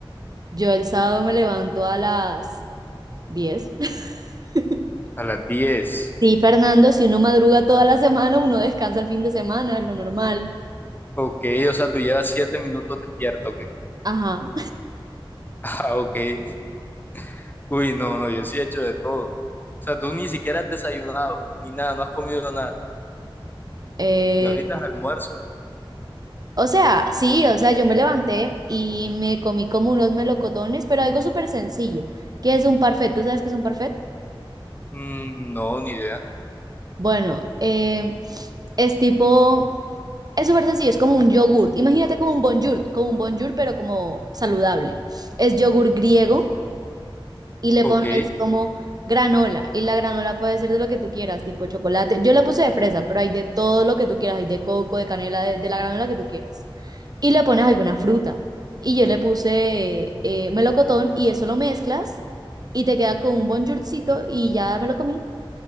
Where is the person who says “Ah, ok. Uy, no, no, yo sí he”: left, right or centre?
Left